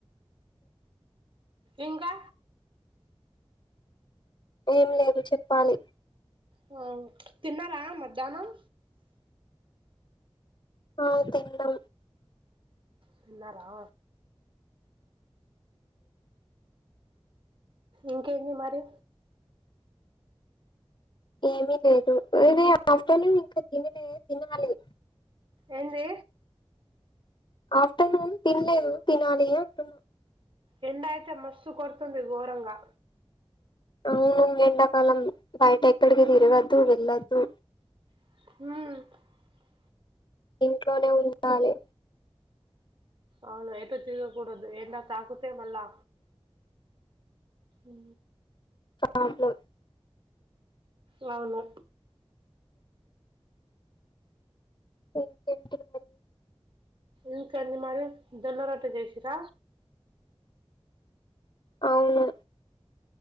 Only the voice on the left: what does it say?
ఎంలెద్ నువ్ చెప్పాలి
అ తిన్నం
ఏమీ లేదు నేను ఆఫ్టర్నూన్ ఇంకా తినలే తినాలి
ఆఫ్టర్నూన్ తిన్లేదు తినాలి అంటున్నా
అవును ఎండాకాలం బయట ఎక్కడికి తిరగద్దు వెళ్ళద్దు
ఇంట్లోనే ఉంటలే
అ హలో
ఎం టెంపుల్ మరి
అవును